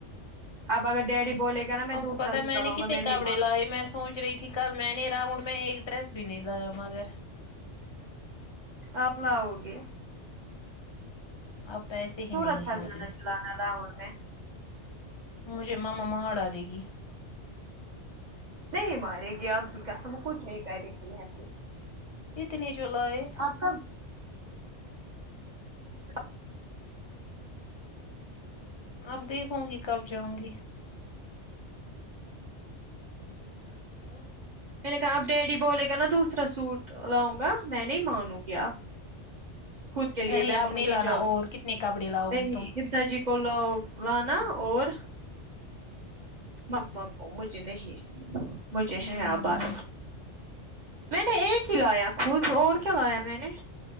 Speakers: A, on the right (about 40°); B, on the left (about 25°).
A: اپ اگر ڈیڈی بولے گا نا میں
B: آپ کو
A: دوسرا
B: پتا
A: دوسرا
B: میں نے
A: لاؤں
B: کتنے
A: گا نہیں
B: کپڑے
A: مانوں
B: لائے
A: گی۔
B: میں سوچ رہی تھی کل میں نے راؤنڈ میں ایک ڈریس بھی نہیں لایا مگر
A: آپ لاؤ گی
B: اپ پیسے ہی
A: سورت
B: نہیں
A: پر
B: ہوتے
A: جانا کلہ جانا لاروں میں
B: مجھے ماما مار ڈالے گی
A: نہیں مارے گی آپ کی قسم کچھ نہیں کہہ دیتی ہیں
B: اتنی جولائیے
A: آپ کب <unintelligible>
B: اب دیکھوں گی کب جاؤں گی
A: ہہ او میں نے کہا آپ ڈیڈی بولے گا نا دوسرا سوٹ لاؤں گا میں نہیں مانوں گی آپ خود کے لیے
B: نہیں
A: میں
B: اب
A: بولوں
B: نہیں
A: گی
B: لانا
A: جب
B: اور کتنے کپڑے لاؤ
A: نہیں
B: گی تم
A: دمسا جی کو لاؤ لانا اور مما کو مجھے نہیں مجھے
B: ہوں
A: ہے آبس میں نے ایک ہی لا یا خود اور کیا لایا میں نے